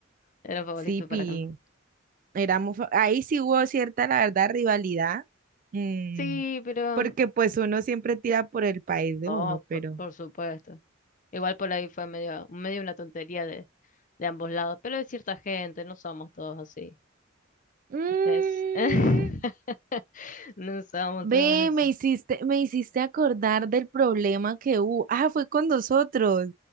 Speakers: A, on the left; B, on the right.
A: eran favoritos
B: sí, pi.
A: para ganar.
B: Éramos, fa- ahí sí hubo cierta, la verdad, rivalidad. mm,
A: Sí, pero
B: Porque pues uno siempre tira por el país de
A: no,
B: uno,
A: por,
B: pero
A: por supuesto. Igual por ahí fue medio, medio una tontería de, de ambos lados, pero de cierta gente, no somos todos así.
B: Mm,
A: Ustedes, <laughs> no somos
B: ve,
A: todos así.
B: me hiciste, me hiciste acordar del problema que hubo. Ah, fue con nosotros.